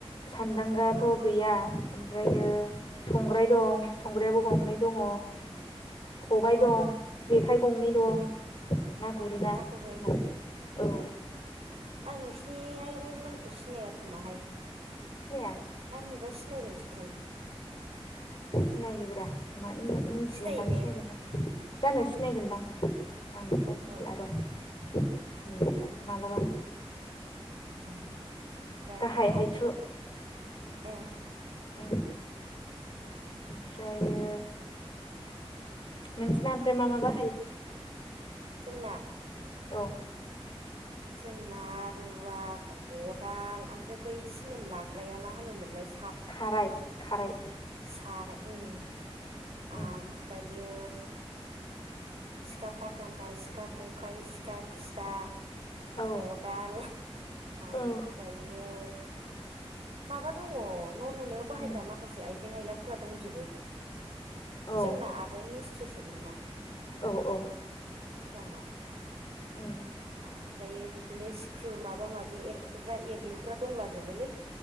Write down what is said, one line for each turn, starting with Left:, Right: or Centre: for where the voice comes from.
Left: सान्दांगाथ' गैया ओमफ्रायो
Right: ए
Left: संग्राय दं संग्रायाबो गंनै दङ खबाइ
Right: उम
Left: दं जेखाइ गंनै दं। ना गुरोना
Right: ना
Left: जोंहा।
Right: गुरो
Left: औ।
Right: आं नोंसिनि आइ बे मोनखौ सिनाया खोमाहाय
Left: सिनाया?
Right: ना नुबा सिनायगोनसोथाय
Left: सिनायोब्रा मा नों मिथिगोनदां
Right: सिनायो ने
Left: सिनायगोनदां जानो सिनायगोनदां
Right: ओ
Left: आंथ' मिथिला
Right: औ
Left: र' नुदोंदां मालाबा
Right: ओम ओमफ्राय
Left: गाहाय हायथु
Right: ए
Left: उम
Right: औ
Left: ओमफ्रायो नोंसिना ओमफ्राय मा मा बा
Right: जोंना
Left: औ
Right: जोंना रुवा खदाल ओमफ्राय बै सिमेन्ट लाग्रा या मा होनोमोनलाय
Left: खाराय खाराय
Right: सारा ओम
Left: उम
Right: आमफ्रायो सिखा फाथांगा सिखा खंखाइ सिखा फिसा
Left: औ
Right: खदाल आमफ्रायो
Left: औ
Right: माबा दङ न' लुनायाव बाहायग्रा
Left: उम
Right: माखासे आइजें आयलाफोरा दंजोबो
Left: औ
Right: जोंना आबाया मिस्थ्रिसोमोन ना
Left: औ औ
Right: सिगाङाव ओम
Left: उम
Right: ओमफ्रायो बिदिनो सिख्रु माबा माबि एरख'ग्रा एरलुग्रा दंलाजोबोलै